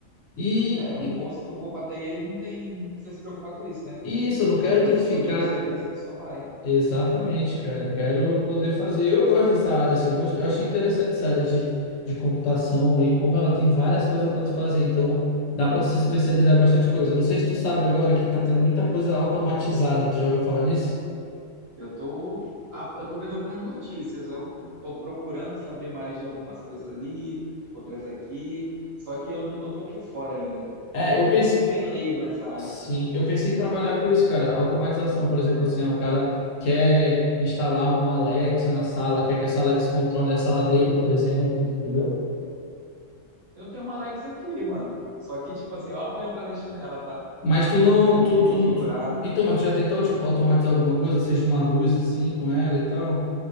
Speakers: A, on the left (about 75°); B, on the right (about 60°).
A: E,
B: É, o
A: e,
B: bom se tu for para TI, não tem, não precisa se preocupar com isso, né?
A: e isso, eu não quero
B: Quando
A: ter que
B: surgir
A: ficar.
B: o serviço, tu só vai.
A: Exatamente, cara. Eu quero poder fazer. Eu gosto dessa área, assim, eu gosto, eu achei interessante essa área de, de computação e como ela tem várias coisas para tu fazer. Então, dá para tu se especializar em bastante coisa. Eu Não sei se tu sabe agora que tá tendo muita coisa automatizada. Tu já ouviu falar nisso?
B: Eu tô, a- eu tô vendo algumas notícias, ó. Eu tô procurando saber mais de algumas coisas ali, outras aqui. Só que eu, não- eu tô por fora ainda, né?
A: É,
B: Tô muito,
A: eu pensei,
B: eu tô bem leigo nessa área.
A: sim, eu pensei em trabalhar com isso, cara. Automatização, por exemplo, assim, ah, o cara quer instalar uma Alexa na sala, quer que essa Alexa controle a sala dele, por exemplo. entendeu?
B: Eu tenho uma Alexa aqui, mano. Só que, tipo assim, eu apanho pra mexer nela, tá?
A: Mas tu não.
B: É, tem
A: Tu,
B: que configurar
A: tu, tu- Então,
B: tudo.
A: mas tu já tentou auto- automatizar alguma coisa, seja uma luz assim com ela e tal?